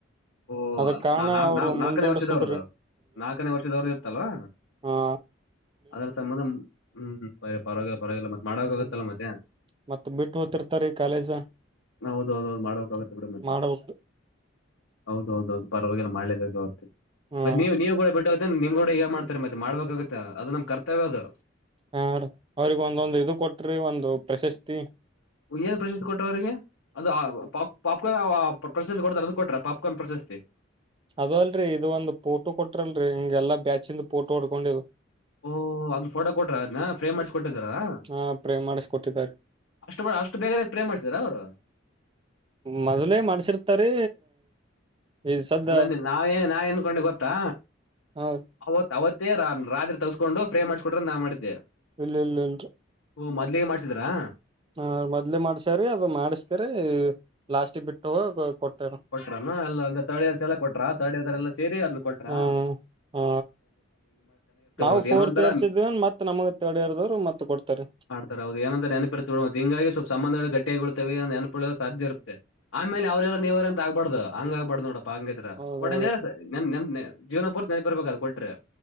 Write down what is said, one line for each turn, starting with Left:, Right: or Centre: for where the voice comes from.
Left: ಓ
Right: ಅದ ಕಾರಣ
Left: ನಾ ನಾ
Right: ಅವ್ರು
Left: ನಾ ನಾಲ್ಕನೇ
Right: ಮುಂದೂಡಸುದ್ರಿ
Left: ವರ್ಷದವ್ರದು ನಾಲ್ಕನೇ ವರ್ಷದವ್ರ್ದ ಇತ್ತಲ್ವಾ
Right: ಹಾ
Left: ಅದರ ಸಂಬಂಧ ಹ್ಮ ಪರವಾಗಿಲ್ಲ ಪರವಾಗಿಲ್ಲ ಮತ್ತ ಮಾಡಕಗತ್ತಲ್ಲ
Right: ಹ್ಮ್
Left: ಮತ್ತೆ
Right: ಮತ್ ಬಿಟ್ಟು ಹೋತಿರ್ತಾರೀ ಕಾಲೇಜ
Left: ಹೌದೌದು ಮಾಡೋಗು ಬಿಡು ಮತ್ತೆ
Right: ಮಾಡ್ಬೇಕ
Left: ಹೌದೌದು ಪರವಾಗಿಲ್ಲ ಮಾಡ್ಲೇಬೇಕಾಗುತ್ತೆ
Right: ಹ್ಮ್
Left: ಮತ್ತೆ ನೀವ ನೀವ್ ಕೂಡ ಬಿಟ್ಟು ಹೋಗತ ನಿಮ್ ಕೂಡ <unintelligible> ಮಾಡ್ತಾರೆ ಮತ್ತೆ ಮಾಡ್ಬೇಕಾಗತ್ತೆ ಅದು ನಮ್ ಕರ್ತವ್ಯ ಅದು
Right: ಹ ಅವ್ರಿಗೆ ಒಂದೊಂದು ಇದು ಕೊಟ್ರಿ ಒಂದು ಪ್ರಶಸ್ತಿ
Left: ಏನ್ ಪ್ರಶಸ್ತಿ ಕೊಟ್ಟ್ರ ಅವ್ರಿಗೆ ಅದು ಪಾ ಪಾಪ್ಕಾರ್ನ್ ಪ್ರಶಸ್ತಿ ಕೊಡ್ತಾರೆ ಅದ ಕೊಟ್ರ ಪಾಪ್ಕಾರ್ನ್ ಪ್ರಶಸ್ತಿ
Right: ಅದ ಅಲ್ರಿ ಇದು ಒಂದು ಫೋಟೋ ಕೊಟ್ರಲ್ರರಿ ಹಿಂಗೆಲ್ಲಾ ಬ್ಯಾಚಿಂದು ಫೋಟೋ ಹೊಡ್ಕೊಂಡಿ
Left: ಓಹ ಅದ್ ಫೋಟೋ ಕೊಟ್ರ ಅದ್ನ್. ಫ್ರೇಮ್ ಮಾಡ್ಸಿಕ ಕೊಟ್ಟಿದಾರಾ
Right: ಹಾ ಪ್ರೇ ಮಾಡಿಸ್ಕೊಟ್ಟಿದ್ದಾರೆ
Left: ಅಷ್ಟ ಅಷ್ಟು ಬೇಗ ಫ್ರೇಮ್ ಮಾಡ್ಸಿದಾರಾ ಅವರು.
Right: ಮೊದ್ಲೇ ಮಾಡ್ಸಿರ್ತಾರಿ. ಈ ಸದ್ದ
Left: ಅಲ್ಲ ನಾವೇ ಏನ್ ನಾವ ಎನ್ಕೊಂಡೆ ಗೊತ್ತಾ
Right: ಹ
Left: ಅವತ್ ಅವತ್ತೇ ರ ರಾತ್ರಿ ತಸ್ಕೊಂಡು ಫ್ರೇಮ್ ಮಾಡಿಸ್ಕೊಟ್ಟರ್ ನಾನ್ ಮಾಡಿದ್ದೆ.
Right: ಇಲ್ಲ ಇಲ್ಲ ಇಲ್ರಿ.
Left: ಓ ಮೊದ್ಲಿಗೆ ಮಾಡ್ಸಿದ್ರಾ.
Right: ಹ ಮೊದ್ ಮಾಡ್ಸಾರೀ ಅದು ಮಾಡಿಸ್ಕ್ಯಾರೆ ಲಾಸ್ಟಿಗೆ ಬಿಟ್ಟು ಹೋಗ ಕೊಟ್ಯಾರ.
Left: ಕೊಟ್ರ ಎಲ್ಲ ಅಂದ್ರ ತರ್ಡ್ರ್ಸ್ ಎಲ್ಲಾ ಕೊಟ್ರ ತರ್ಡ್ರ್ ಎಲ್ಲ ಸೇರಿ ಅದ್ ಕೊಟ್ರಾ.
Right: ಹ್ಮ್ ಹಾ ನಾವು
Left: ಮತ್
Right: ಫೋರ್ತ್
Left: ಏನೋ ಒಂತರ
Right: ಇಯರ್ಸ್ ಇದ್ದೇವೆ ಮತ್ತ ನಮಗ ಥರ್ಡ್ ಇಯರ್ ಮತ್ತ ಕೊಡ್ತಾರೆ.
Left: ಸರ್ ಹೌದ ಏನಂತ ನೆಪಿರ್ತ ಬಿಬ ಹಂಗಾಗಿ ಸ್ವಲ್ ಸಂಬಂಧಗಳು ಗಟ್ಟಾಗಿಳ್ತವೆ ನೆನಪೊಳ್ಳಲು ಸಾಧ್ಯ ಇರುತ್ತೆ. ಆಮೇಲೆ ಅವರ್ಯಾರ ನೀವ್ಯಾರ ಅಂತ ಆಗ್ಬಾರ್ದ ಹಂಗ ಆಗ್ಬಾರ್ದ ನೋಡಪ್ಪ ಹಂಗ ಇದ್ರ
Right: ಹೌದೌದು
Left: ವಟ್ಟ್ ನನ್ ನನ್ ಜೀವನ ಪೂರ್ತಿ ನೆನಪರ್ಬೇಕ ಅದು ಕೊಟ್ರೆ.